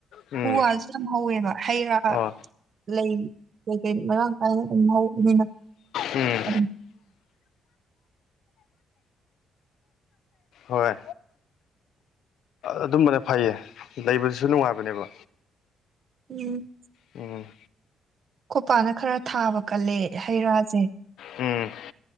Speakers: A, on the left; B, on the right.
A: ꯎꯝ
B: ꯎ ꯋꯥꯜꯁꯨ ꯌꯥꯝ ꯍꯧꯋꯦꯕ ꯍꯩ ꯔꯥ
A: ꯑꯣ
B: ꯂꯩ ꯀꯩ ꯀꯩ ꯃꯔꯥꯡ ꯀꯥꯏꯅ ꯑꯗꯨꯝ ꯍꯧꯕꯅꯤꯅ
A: ꯎꯝ
B: ꯑꯗꯨ
A: ꯍꯣꯏ ꯑꯗꯨꯝꯕꯅ ꯐꯩꯌꯦ ꯂꯩꯕꯗꯨꯁꯨ ꯅꯨꯡꯉꯥꯏꯕꯅꯦꯕ
B: ꯎꯝ
A: ꯎꯝ
B: ꯈꯣꯄꯥꯅ ꯈꯔ ꯊꯥꯕ ꯀꯜꯂꯦ ꯍꯩ ꯔꯥꯁꯦ
A: ꯎꯝ